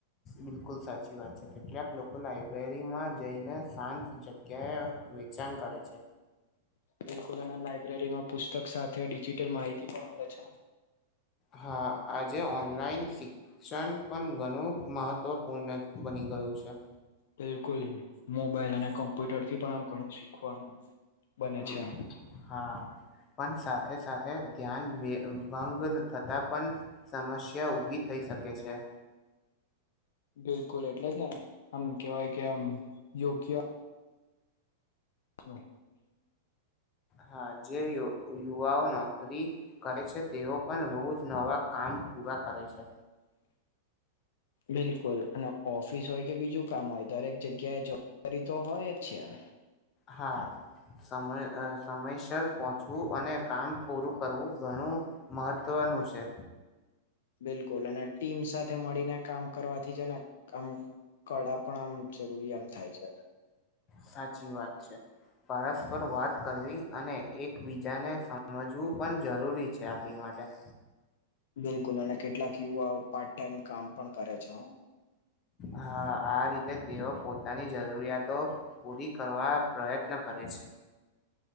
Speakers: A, on the left; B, on the left.
A: બિલકુલ સાચી વાત છે કેટલાક લોકો લાયબ્રેરીમાં જઈને શાંત જગ્યાએ વે. ચેમ કરે છે.
B: બિલકુલ અને લાયબ્રેરીમાં પુસ્તક સાથે ડિજીિટલ માહિતી પણ મળે છે.
A: હા આજે ઓનલાઈન ક્ષણ પણ ઘણું મહત્વપૂર્ણ બની ગયું છે.
B: બિલકુલ મોબાઈલ અને કમ્પ્યુટર થી પણ આમ ઘણું શીખવાનું. બને
A: હુ
B: છે.
A: હા. પણ સાથે સાથે ધ્યાન ભંગ થતા પણ સમસ્યા ઉભી થઈ શકે છે.
B: બિલકુલ એટલે જને આમ કેવાય કે આમ યોગ્ય. નો.
A: હા જે યુવાઓ નોકરી કરે છે તેઓ પણ રોજ નવા. કામ પૂરા કરે છે.
B: બિલકુલ અને ઓફિસ હોય કે બીજું કામ હોય દરેક જગ્યાએ જ કરીર તો હોય જ છે એમ.
A: હા. સમ સમયસર પહોંચવું અને કામ પૂરું કરવું ઘણું. મહત્વનું છે.
B: બિલકુલ અને ટીમ સાથે મળીને કામ કરવાથી છે ને આમ કડા. પણ આમ જરૂરી આમ થાય છે.
A: સાચી વાત છે. પરસ્પર વાત કરવી અને એકબીજાને સમજવું પણ જરૂરી. છે આપણી માટે.
B: બિલકુલ અને કેટલાક યુવાઓ પાર્ટ ટાઈમ કામ પણ કરે છે.
A: હા આ રીતે તેઓ પોતાની જરૂરિયાતો. પૂરી કરવા પ્રયત્ન કરે છે.